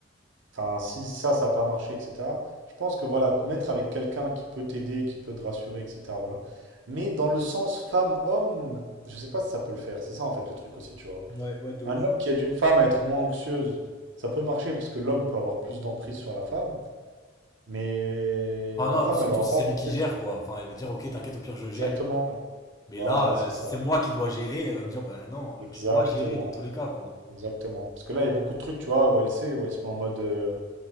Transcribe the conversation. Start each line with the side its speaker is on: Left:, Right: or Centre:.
Right: enfin, si ça, ça n'a pas marché, etc. Je pense que voilà, te mettre avec quelqu'un qui peut t'aider, qui peut te rassurer, etc. Voilà. Mais dans le sens femme-homme, je sais pas si ça peut le faire. C'est ça, en fait, le truc aussi, tu vois.
Left: Ouais, ouais, de ouf.
Right: Un homme qui aide une femme à être moins anxieuse, ça peut marcher parce que l'homme peut avoir plus d'emprise sur la femme, mais
Left: Enfin
Right: la
Left: non,
Right: femme,
Left: puis surtout
Right: elle aura
Left: si
Right: pas
Left: c'est lui qui
Right: peut-être
Left: gère quoi. Enfin il va dire ok t'inquiète au pire je
Right: exactement.
Left: gère. Mais
Right: Voilà,
Left: là
Right: c'est
Left: euh,
Right: ça.
Left: si c'est moi qui dois gérer, euh, il va me dire bah non
Right: Exactement.
Left: tu dois gérer dans tous les cas quoi.
Right: Ouais, exactement. Parce que là, il y a beaucoup de trucs, tu vois, où elle sait, où elle se met en mode euh,